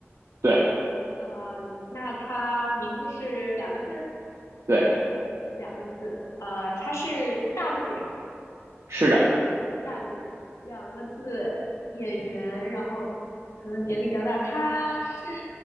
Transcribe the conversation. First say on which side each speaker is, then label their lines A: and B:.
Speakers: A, on the right; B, on the left.
A: 对
B: 呃，那他名字是两个字，
A: 对。
B: 两个字，呃，他是大陆人吗？
A: 是的，
B: 大陆人，两个字演员，然后可能年龄比较大，他是